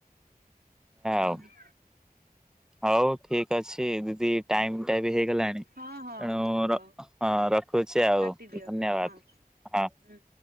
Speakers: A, on the right (about 85°); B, in the centre.
A: ହୁଁ।
B: ଆଉ। ହଉ ଠିକ ଅଛି ଦିଦି ଟାଇମ ଟା ବି ହେଇଗଲାଣି।
A: ହଁ ହଁ
B: ଏଣୁ ର
A: ହଉ
B: ହଁ ରଖୁଛି ଆଉ
A: କାଟିଦିଅ
B: ଧନ୍ୟବାଦ
A: ହଁ
B: ହଁ।
A: ହୁଁ।